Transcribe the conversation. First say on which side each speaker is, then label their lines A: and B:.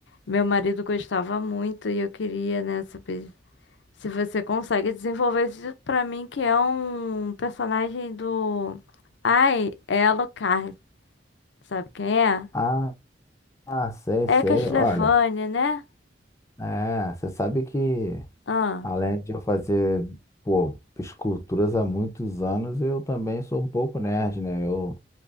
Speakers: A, on the left; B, on the left.
A: meu marido gostava muito e eu queria, né, saber se você consegue desenvolver isso pra mim, que é um personagem do... Ai, é Alucard, sabe quem é?
B: Ah, ah, sei,
A: É
B: sei.
A: Castlevania,
B: Olha,
A: né?
B: é, você sabe que
A: Ah,
B: além de eu fazer, pô, esculturas há muitos anos, eu também sou um pouco nerd, né? Eu,